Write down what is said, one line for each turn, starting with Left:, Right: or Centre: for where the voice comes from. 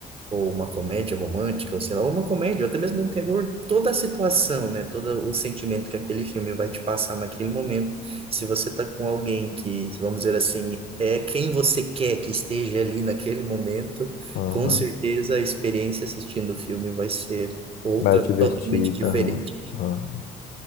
Right: ou uma comédia romântica, ou sei lá, uma comédia, ou até mesmo um terror, toda a situação, né? Todo o sentimento que aquele filme vai te passar naquele momento. Se você tá com alguém que, vamos dizer assim, é quem você quer que esteja ali naquele momento,
Left: Aham.
Right: com certeza a experiência assistindo o filme vai ser outra
Left: Mais divertido,
Right: totalmente diferente.
Left: aham. aham.